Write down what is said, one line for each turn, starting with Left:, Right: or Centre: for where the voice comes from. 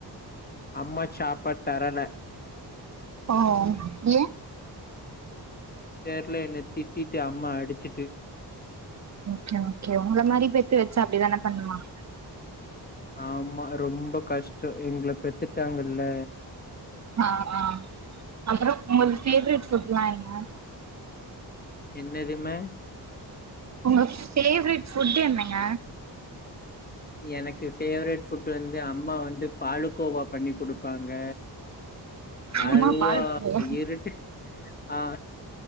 Left: அம்மா சாப்பாட் தரல
Right: ஓ ஏயே
Left: தெர்ல என்ன திட்டிட்டு அம்மா அடிச்சிட்டு
Right: ஓகே ஓகே உங்கள மாரி பெத்து வெச்சா அப்டிதானே பண்ணுவாங்க
Left: ஆமா ரொம்ப கஷ்டோ எங்கள பெத்துட்டாங்கல்ல
Right: ஆ ஆ அப்றோ உங்களுக் ஃபேவரட் ஃபுட்லா என்ன
Left: என்னதுமே
Right: உங்களு ஃபேவரட் ஃபுட் என்னங்க
Left: எனக்கு ஃபேவரட் ஃபுட் வந்து அம்மா வந்து பாலுக்கோவா பண்ணி குடுப்பாங்க
Right: அம்மா
Left: அல்வா
Right: பால்க்கோவா
Left: இருட்டு ஆ